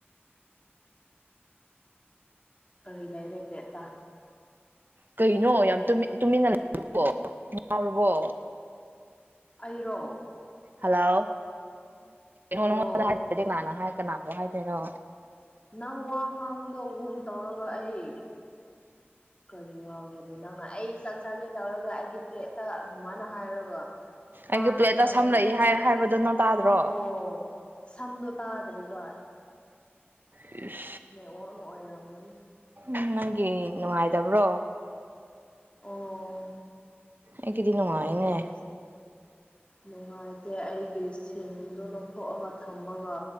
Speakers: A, on the left (about 30°); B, on the right (about 50°).
A: ꯀꯔꯤ ꯂꯩꯔꯦ ꯄ꯭ꯂꯦꯠꯇ꯫
B: ꯀꯩꯅꯣ ꯌꯥꯝ ꯇꯨꯃꯤꯟꯅꯔꯕꯣ ꯉꯥꯎꯔꯕꯣ꯫
A: ꯑꯩꯔꯣ꯫
B: ꯍꯜꯂꯣꯅꯣ
A: ꯍꯜꯂꯣ
B: ꯅꯉꯣꯟꯗ ꯍꯥꯏꯗꯔꯗꯤ ꯀꯅ ꯍꯥꯏ ꯀꯅꯥꯕꯨ ꯍꯥꯏꯗꯣꯏꯅꯣ꯫
A: ꯅꯪ ꯋꯥ ꯉꯥꯡꯗꯣ ꯒꯣꯝ ꯇꯧꯔꯒ ꯑꯩ꯫ ꯀꯔꯤ ꯉꯥꯡꯒꯅꯤ ꯅꯪꯅ ꯑꯩ ꯆꯥꯛ ꯆꯥꯒꯦ ꯇꯧꯔꯒ ꯑꯩꯒꯤ ꯄ꯭ꯂꯦꯠꯇ ꯑꯗꯨꯃꯥꯏꯅ ꯍꯥꯏꯔꯒ꯫
B: ꯑꯩꯒꯤ
A: ꯇꯥꯔꯤꯕꯅꯦ
B: ꯄ꯭ꯂꯦꯠꯇ ꯁꯝ
A: ꯑꯩ
B: ꯂꯩ ꯍꯥꯏ ꯍꯥꯏꯕꯗꯣ ꯅꯪ ꯇꯥꯗ꯭ꯔꯣ
A: ꯑꯣ ꯁꯟꯗꯣ꯫ ꯇꯗ꯭ꯔꯦꯕ꯫
B: ꯏꯁ꯫
A: ꯅꯦꯋꯥꯛꯅ ꯑꯣꯏꯔꯝꯒꯅꯤ꯫
B: ꯎꯝ ꯅꯪꯒꯤ ꯅꯨꯡꯉꯥꯏꯇꯕ꯭ꯔꯣ꯫
A: ꯑꯣ꯫
B: ꯑꯩ ꯀꯦꯗꯤ ꯅꯨꯉꯥꯏꯑꯦꯅꯦ꯫
A: ꯑꯩꯒꯤ ꯅꯨꯡꯉꯥꯏꯇꯦ ꯑꯩꯒꯤ ꯁꯤꯝꯗꯣ ꯂꯧꯊꯣꯛꯑꯒ ꯊꯝꯃꯒ꯫